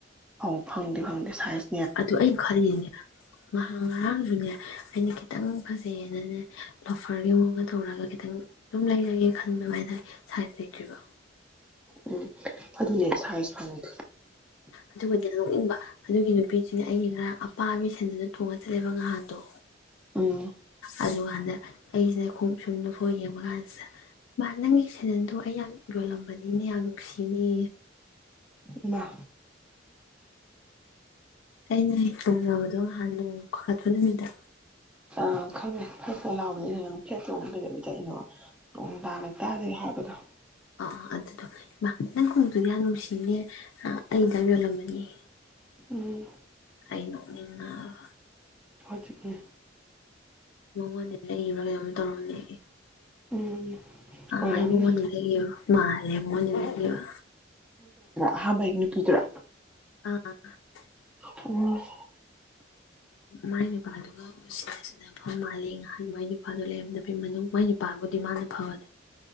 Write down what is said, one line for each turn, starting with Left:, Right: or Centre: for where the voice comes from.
Centre: ꯑꯧ ꯐꯪꯗꯦ ꯐꯪꯗꯦ ꯁꯥꯏꯁ
Left: ꯑꯗꯨ ꯑꯩꯩꯅ ꯈꯜꯂꯤꯅꯦ ꯉꯍꯥꯡ ꯉꯍꯥꯡꯁꯨꯅꯦ ꯑꯩꯅ ꯈꯤꯇꯪ ꯐꯖꯩꯌꯦꯅꯅꯦ ꯂꯣꯐꯔꯒꯤ ꯃꯑꯣꯡꯒ ꯇꯧꯔꯒ ꯈꯤꯇꯪ ꯑꯗꯨꯝ ꯂꯩꯖꯒꯦ ꯈꯟꯕ ꯑꯗꯨꯒ ꯁꯥꯏꯖ ꯂꯩꯇ꯭ꯔꯤꯕ
Centre: ꯎꯝ ꯑꯗꯨꯅꯦ ꯁꯥꯏꯖ ꯐꯪꯗꯦ
Left: ꯑꯗꯨꯒꯗꯤ ꯅꯣꯛꯅꯤꯡꯕ ꯑꯗꯨꯒꯤ ꯅꯨꯄꯤꯁꯤꯅ ꯑꯩꯒꯤ ꯉꯔꯥꯡ ꯑꯄꯥꯕꯤ ꯁꯦꯟꯗꯨꯅ ꯇꯣꯡꯉꯥ ꯆꯠꯂꯦꯕ ꯉꯥꯏꯍꯥꯟꯗꯣ
Centre: ꯎꯝ
Left: ꯑꯗꯨꯒ ꯍꯟꯗꯛ ꯑꯩꯁꯤ ꯈꯣꯎꯞ ꯁꯨꯝ ꯂꯧꯊꯣꯛꯑ ꯌꯦꯡꯕ ꯀꯥꯟꯁꯤꯗ ꯃꯥ ꯅꯪꯒꯤ ꯁꯦꯗꯟꯗꯣ ꯑꯩ ꯌꯥꯝ ꯌꯣꯜꯂꯝꯕꯅꯤ ꯌꯥꯝ ꯅꯨꯡꯁꯤꯅꯦ
Centre: ꯏꯃꯥ
Left: ꯑꯩꯅ ꯇꯣꯡꯖꯕꯗꯣ ꯉꯍꯥꯟꯗꯣ ꯈꯥꯇꯣꯟꯕꯤꯗ
Centre: ꯑꯥ ꯈꯪꯉꯦ ꯐ꯭ꯔ ꯐ꯭ꯔ ꯂꯥꯎꯋꯤ ꯑꯩꯅ ꯅꯪ ꯐ꯭ꯂꯦꯠ ꯇꯣꯡꯉꯤ ꯑꯗꯨꯒ <unintelligible> ꯇꯛꯏꯅꯣ ꯅꯣꯡꯗꯥ ꯂꯛꯇꯥꯁꯤꯒ ꯍꯥꯏ ꯍꯄꯗꯣ
Left: ꯑꯥ ꯑꯥ ꯑꯗꯨꯗꯣ ꯏꯃꯥ ꯅꯪ ꯈꯣꯡꯎꯞꯇꯨꯕꯨ ꯌꯥꯝ ꯅꯨꯡꯁꯤꯅꯦ ꯑꯥ ꯑꯩꯗꯡ ꯌꯣꯜꯂꯝꯕꯅꯦꯌꯦ꯫
Centre: ꯎꯨꯝ
Left: ꯑꯩ ꯅꯣꯛꯅꯤꯡꯉꯥꯕ
Centre: ꯐꯗꯨꯒꯤ
Left: ꯃꯉꯣꯟꯗꯩ ꯂꯩꯕ꯭ꯔꯥ ꯀꯩꯅꯣꯝ ꯇꯧꯔꯝꯅꯦ ꯑꯩ
Centre: ꯎꯝ
Left: ꯑ-ꯑꯩ
Centre: ꯑꯣꯏꯔꯝꯅꯤ
Left: ꯃꯉꯣꯟꯗꯒꯤ ꯂꯕ ꯃꯥꯂꯦ ꯃꯥꯉꯣꯟꯗꯩ ꯂꯩꯕ
Centre: ꯑꯍꯥꯥꯟꯕꯒꯤ ꯅꯨꯄꯤꯗꯨꯔꯥ
Left: ꯑꯥ-ꯑꯥ-ꯑ
Centre: ꯑꯣꯍ <unintelligible>
Left: ꯃꯥꯏ ꯅꯨꯄꯥꯗꯨꯒ ꯁꯤꯅ-ꯁꯤꯅ ꯐꯝꯕ ꯃꯥꯜꯂꯤ ꯉꯍꯥꯟ ꯃꯥꯏ ꯅꯨꯄꯥꯗꯨꯣ ꯂꯩꯔꯝꯗꯕꯩ ꯃꯅꯨꯡ ꯃꯥꯏ ꯅꯨꯄꯥꯕꯨꯗꯤ ꯃꯥꯅ ꯐꯕꯅꯤ